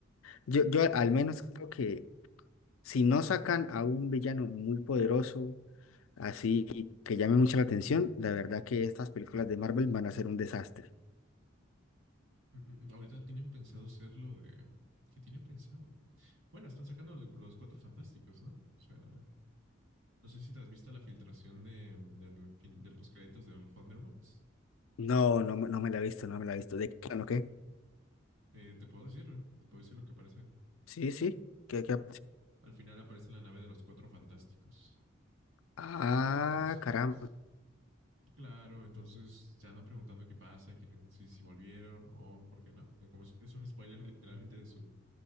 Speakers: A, on the left; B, on the right.
A: yo, yo al menos creo que si no sacan a un villano muy poderoso, así que llame mucho la atención, la verdad que estas películas de Marvel van a ser un desastre.
B: Mm, mm, mm. Ahorita tienen pensado hacer lo de... ¿Qué tienen pensado? Bueno, están sacando lo- los cuatro fantásticos, ¿no? O sea, no sé si te has visto la filtración de, del, fin, del postcréditos de los Thunderbolts.
A: No, no, me- no me la he visto, no me la he visto. ¿De qué? ¿No qué?
B: Eh, te puedo decir, te puedo decir lo que aparece.
A: Sí, sí, ¿qué, qué?
B: Al final aparece la nave de los cuatro fantásticos.
A: Ah,
B: Entonces...
A: caramba.
B: Claro, entonces se andan preguntando qué pasa, quieren, si, si volvieron o por qué no. Eh, Como es, es un spoiler <laughs> literalmente de su,